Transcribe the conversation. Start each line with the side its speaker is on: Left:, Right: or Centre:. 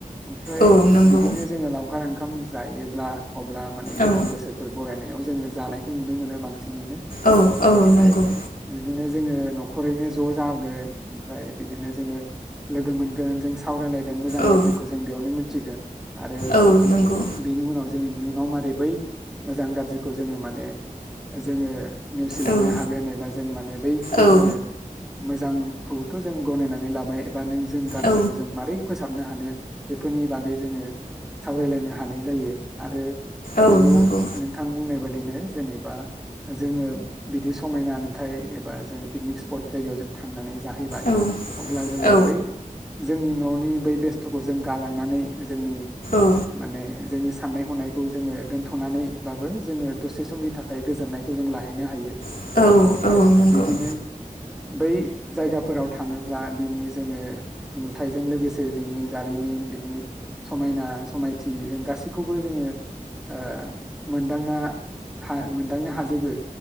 Centre: ओमफ्राय
Left: औ नंगौ
Centre: बिदिनो जोङो लावखार ओंखाम जायोब्ला अब्ला माने गोदान
Left: औ
Centre: बोसोरफोर बरायनायाव जोङो जानायखौ नुनो मोनो बां सिनैनो
Left: औ
Centre: ओमफ्राय
Left: औ नंगौ
Centre: बिदिनो जोङो न खरैनो ज जागोन ओमफ्राय बिदिनो जोङो लोगो मोनगोन जों सावरायलाय गोन मोजां
Left: औ
Centre: गाज्रिखौ जों बेयावनो मि थिगोन आरो
Left: औ नंगौ
Centre: बेनि उनाव जोंनि इयुनाव मारै बै मोजां गाज्रिखौ जोङो माने जोङो नेवसिलांनो
Left: औ
Centre: हागोन एबा जों माने बैखौ
Left: औ
Centre: जोङो मो जां खौथ जों गनायनानै लाबाय एबा नों जों गारजि
Left: औ
Centre: खौ जों मारै फोसाबनो थारनो हानो बेफोरनि बागै जोङो सावरायलायनो हा हानाय जायो आरो
Left: औ
Centre: नोंगौ
Left: नंगौ
Centre: नोंथां बुंनाय बादि दिनो जेनेबा जोङो बिदि समायना नुथाइ एबा जों पिकनिक स्पॉट जायगायाव जों थांनानै जाहैबाय
Left: औ
Centre: अब्ला जोङो
Left: औ
Centre: बै जोंनि न'नि बै बेस्थ'खौ जों गालांनानै जोंनि
Left: औ
Centre: माने जोंनि सा ननाय हनायखौ जोङो दोनथ'नानैबाबो जोङो दसे समनि थाखाय गोजोननायखौ जों लाहैनो हायो।
Left: औ औ
Centre: ओमफ्राय
Left: नंगौ
Centre: बिदिनो बै जायगाफोराव थाङोब्ला बिनि जोङो नुथाइजों लोगोसे बिनि जारिमिन बिनि समायना समायथि जों गासैखौबो जोङो ओ मोनदांना हा मोनदांनो हाजोबो।